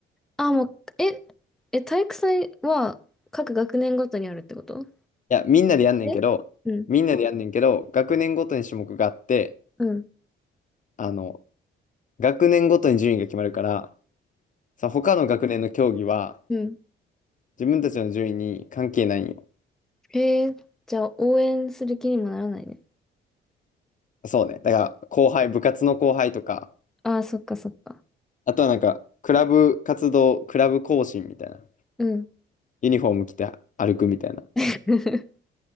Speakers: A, in the centre; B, on the left (about 40°).
A: あ、もう、え、え、体育祭は各学年ごとにあるってこと
B: や、みんなでやんねんけど、
A: えうん、
B: みんなでやんねんけど、学年ごとに種目があって、
A: うん、
B: あの、学年ごとに順位が決まるから、さ、他の学年の競技は、
A: うん、
B: 自分たちの順位に関係ないんよ。
A: えー、じゃあ応援する気にもならないね。
B: そうね。だから、後輩、部活の後輩とか、
A: ああ、そっかそっか。
B: あとはなんか、クラブ活動、クラブ行進みたいな。
A: うん。
B: ユニフォーム着て歩くみたいな。
A: <laughs>